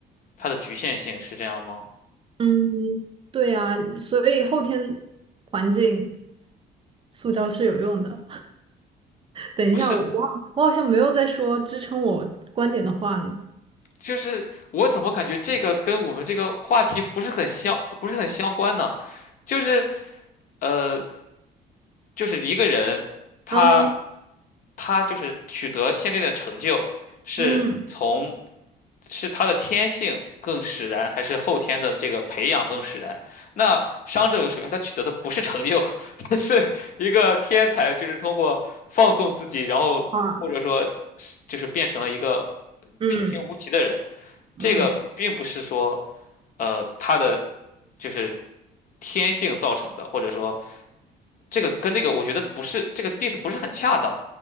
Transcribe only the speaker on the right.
嗯，对啊，所以后天环境塑造是有用的。等一下，
我我好我好像没有在说支撑我观点的话呢。
嗯
嗯
啊，嗯
嗯